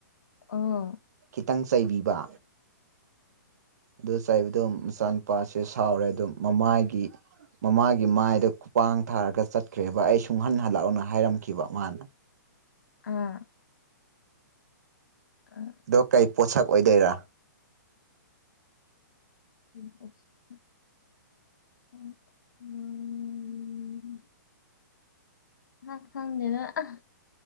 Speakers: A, on the left (about 70°); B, on the right (about 60°).
A: ꯑꯣ
B: ꯈꯤꯇꯪ ꯆꯩꯕꯤꯕ ꯑꯗꯨ ꯆꯩꯕꯗꯨꯝ ꯃꯆꯥꯅꯨꯄꯥꯁꯦ ꯁꯥꯎꯔꯦ ꯑꯗꯨꯝ ꯃꯃꯥꯏꯒꯤ ꯃꯃꯥꯒꯤ ꯃꯥꯏꯗ ꯈꯨꯄꯥꯡ ꯊꯥꯔꯒ ꯆꯠꯈ꯭ꯔꯦꯕ ꯑꯩ ꯁꯨꯡꯍꯟ ꯍꯜꯂꯛꯑꯣꯅ ꯍꯥꯏꯔꯝꯈꯤꯕ ꯃꯥꯅ꯫
A: ꯑꯥ ꯑ
B: ꯑꯗꯣ ꯀꯩ ꯄꯣꯠꯁꯛ ꯑꯣꯏꯗꯣꯏꯔꯥ?
A: <inaudible> ꯎꯝ ꯍꯥ ꯈꯪꯗꯦꯗ ꯑꯥ